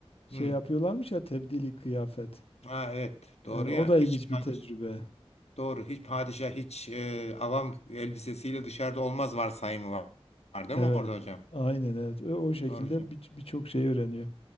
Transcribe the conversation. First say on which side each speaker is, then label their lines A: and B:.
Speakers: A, on the left; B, on the left.
A: şey
B: Hı.
A: yapıyorlarmış ya tebdili kıyafet.
B: Ha, evet doğru
A: Yani o
B: ya.
A: da ilginç
B: Hiç
A: bir
B: padişah,
A: tecrübe.
B: doğru hiç padişah hiç e, avam elbisesiyle dışarıda olmaz varsayımı var, var değil
A: Evet,
B: mi orada hocam?
A: aynen evet. Ö- O şekilde
B: Doğru hocam.
A: bir- birçok şey öğreniyor.